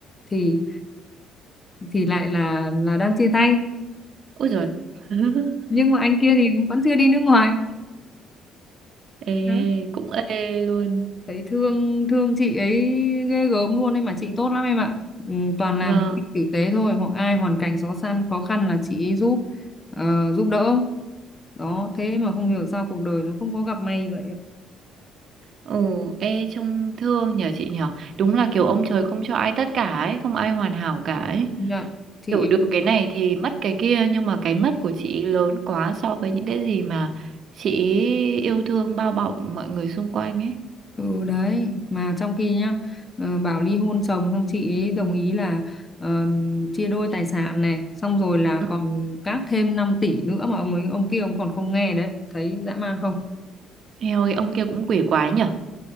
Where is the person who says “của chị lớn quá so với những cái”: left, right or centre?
Right